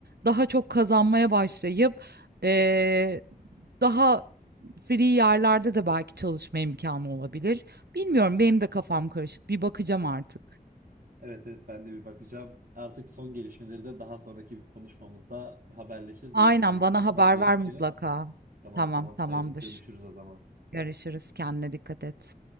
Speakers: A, on the right; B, on the right.
A: daha çok kazanmaya başlayıp eee, daha free yerlerde de belki çalışma imkanı olabilir. Bilmiyorum, benim de kafam karışık. Bir bakacağım artık.
B: Evet evet ben de bir bakacağım. Artık son gelişmeleri de daha sonraki bir konuşmamızda haberleşiriz.
A: Aynen,
B: Benim şimdi
A: bana
B: kaçmam
A: haber
B: gerekiyor.
A: ver mutlaka.
B: Tamam
A: Tamam,
B: tamam
A: tamamdır.
B: haydi görüşürüz o zaman.
A: Görüşürüz. Kendine dikkat et.